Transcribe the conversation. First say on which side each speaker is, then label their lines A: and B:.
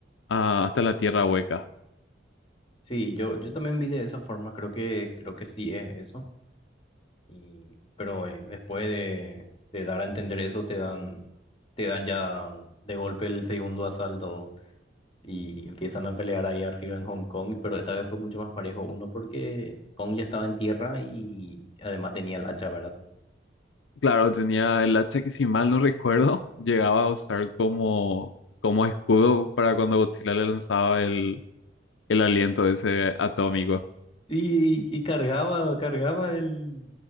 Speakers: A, on the left; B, on the left.
A: ah, hasta la Tierra hueca.
B: Sí, yo, yo también vi de esa forma, creo que, creo que sí es eso. Y, pero eh, después de, de dar a entender eso, te dan, te dan ya de golpe el segundo asalto y empiezan a pelear ahí arriba en Hong Kong, pero esta vez fue mucho más parejo. Uno porque Kong ya estaba en tierra y además tenía el hacha, ¿verdad?
A: Claro, tenía el hacha que si mal no recuerdo, <laughs> llegaba a usar como, como escudo para cuando Godzilla le lanzaba el, el aliento ese atómico.
B: Y, y cargaba, cargaba el,